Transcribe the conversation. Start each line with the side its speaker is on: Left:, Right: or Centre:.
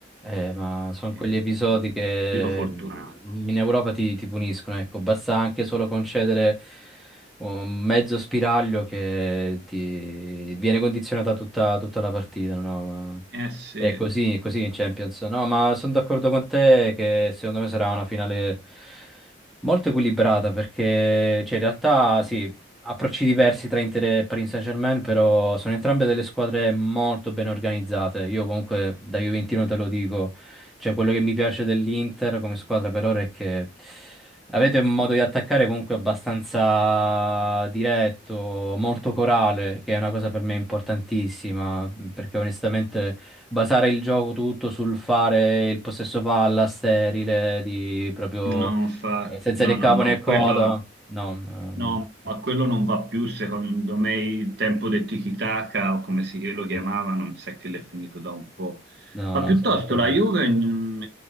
Centre: Eh, ma sono
Right: Eh,
Centre: quegli episodi
Right: fu un
Centre: che
Right: tiro fortunato.
Centre: in Europa ti, ti puniscono, ecco, basta anche solo concedere un mezzo spiraglio che ti viene condizionata tutta, tutta la partita, no? Ma
Right: Eh sì.
Centre: è così, è così in Champions. No, ma sono d'accordo con te che secondo me sarà una finale molto equilibrata perché, cioè, in realtà sì, approcci diversi tra Inter e Paris Saint-Germain, però sono entrambe delle squadre molto ben organizzate. Io comunque da Juventino te lo dico, cioè quello che mi piace dell'Inter come squadra per ora è che avete un modo di attaccare comunque abbastanza diretto, molto corale, che è una cosa per me importantissima, perché onestamente basare il gioco tutto sul fare il possesso palla sterile, di proprio
Right: No, infatti,
Centre: eh, senza
Right: no,
Centre: né capo
Right: no, no,
Centre: né coda,
Right: quello,
Centre: no. ehm,
Right: no, ma quello non va più, secondo me, il tempo del tiki-taka, o come si lo chiamavano, mi sa che l'è finito da un po'.
Centre: No,
Right: Ma
Centre: no,
Right: piuttosto
Centre: sono d'accordo.
Right: la Juve in,